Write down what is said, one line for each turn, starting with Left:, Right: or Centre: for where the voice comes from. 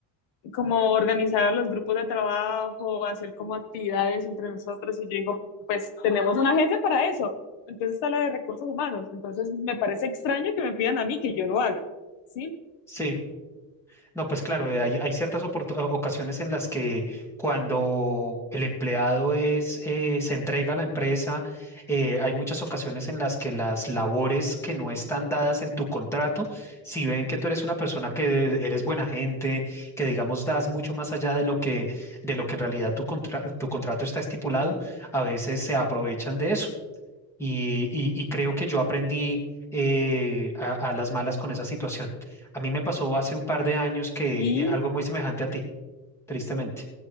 Left: como organizar a los grupos de trabajo, hacer como actividades entre nosotros y yo digo, pues tenemos una jefe para eso, entonces está la de recursos humanos, entonces me parece extraño que me pidan a mí que yo lo haga, ¿sí?
Centre: sí, No, pues claro, eh, hay, hay ciertas oportu- ocasiones en las que cuando el empleado es, eh, se entrega a la empresa, eh, hay muchas ocasiones en las que las labores que no están dadas en tu contrato, si ven que tú eres una persona que eres buena gente, que digamos das mucho más allá de lo que, de lo que en realidad tu contra- tu contrato está estipulado, a veces se aprovechan de eso y, y- y creo que yo aprendí eh, a, a las malas con esa situación. A mí me pasó hace un par de años que
Left: Y,
Centre: eh, algo muy semejante a ti, tristemente.